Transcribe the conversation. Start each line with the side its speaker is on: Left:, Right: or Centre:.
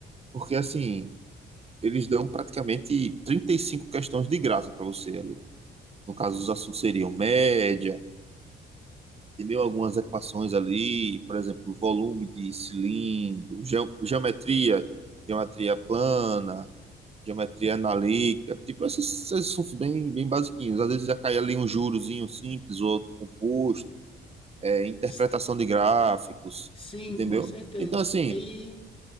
Right: Porque, assim, eles dão praticamente 35 questões de graça para você ali. No caso, os assuntos seriam média, entendeu? Algumas equações ali, por exemplo, volume de cilindro, geo- geometria, geometria plana. geometria analítica, tipo esses, esses assuntos bem, bem basiquinhos. Às vezes já cai ali um jurozinho simples, outro composto, é, interpretação
Left: S-
Right: de gráficos,
Left: Sim,
Right: entendeu?
Left: com certeza.
Right: Então, assim,
Left: E